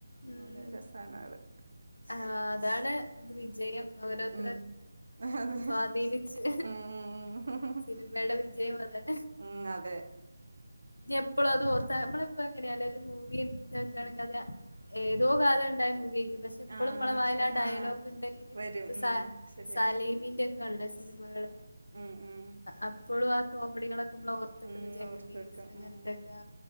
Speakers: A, on the left (about 80°); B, on the right (about 70°).
A: ഉം
B: ഓന് രസാണ് ആള്
A: ആ അതാണ് ഇത് വിജയം ഓരോരുത്ത
B: ഉം അതെ ഉം
A: അധീനിച്ച്
B: ഉം ഉം
A: സിനിമയുടെ വിജയം അതല്ല
B: ഉം അതെ
A: എപ്പളും അത് ഓർത്താ നമ്മളിപ്പോ എങ്ങനെയല്ല ഒരു മൂവിയോക്കണെങ്കിൽ
B: ഉം
A: അ ഏതോ കാലം ഉണ്ടായ മൂവി പക്ഷെ ഇപ്പോഴും
B: ആഹ്
A: നമ്മളെ വായൽ
B: ക്ഷെ
A: ആ ഡയലോഗ്
B: ആഹ്
A: ഉണ്ടെങ്കില്
B: വരും
A: ഇ
B: ഉം
A: സ
B: ശരിയാ
A: സാലിമിന്റെ ണല്ല സിനിമകൾ
B: ഉം ഉം
A: അപ്പോഴും ആ കോമഡികളൊക്കെ ഓർത്തക്കുന്ന
B: ഉം
A: ജഗദീ്
B: ഓർത്ത് വെക്കും
A: അങ്ങനത്തൊക്കെ
B: ഉം